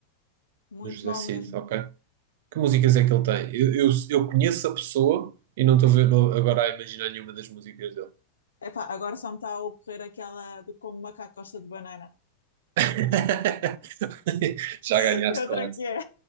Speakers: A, on the left; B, on the right.
A: muito
B: Do José
A: mal
B: Cid,
A: mesmo.
B: ok. Que músicas é que ele tem? Eu, eu, eu conheço a pessoa e não estou a ver- agora a imaginar nenhuma das músicas dele.
A: Epá, agora só me está a ocorrer aquela do como macaco gosta de banana.
B: <laughs> Já
A: <laughs>
B: ganhaste
A: E outra
B: com essa.
A: que é,